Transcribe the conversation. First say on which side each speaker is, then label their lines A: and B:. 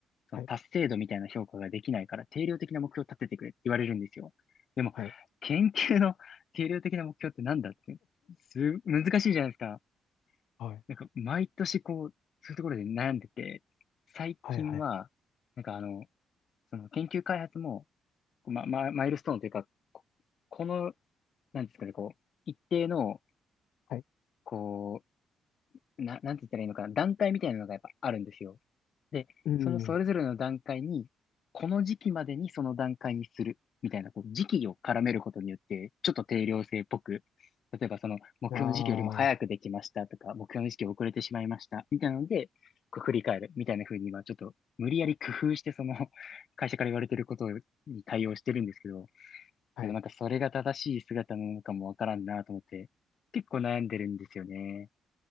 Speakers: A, on the left (about 55°); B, on the left (about 75°).
A: その達成度みたいな評価ができないから、
B: はい。
A: 定量的な目標を立ててくれって言われるんですよ。でも、
B: はい。
A: 研究の定量的な目標ってなんだって、す、難しいじゃないですか。
B: はい。
A: なんか、毎年こう、そういうところで悩んでて、最近は、
B: はい。はい。
A: なんかあの、その研究開発も、ま、ま、マイルストーンというか、ここの、なんですかね、こう、一定の、
B: はい。
A: こう、な、なんて言ったらいいのかな、段階みたいなのがやっぱあるんですよ。で、
B: うーん。
A: そのそれぞれの段階に、この時期までにその段階にする、みたいな、こう、時期を絡めることによって、ちょっと定量性っぽく、例えばその、目標の時期よりも早くできましたとか、
B: ああ。
A: 目標の時期遅れてしまいました、みたいなので、こう振り返る、みたいな風に今、ちょっと、無理やり工夫して、その、<laughs> 会社から言われてることに対応してるんですけど、
B: はい。
A: でもなんかそれが正しい姿なのかもわからんなと思って、結構悩んでるんですよね。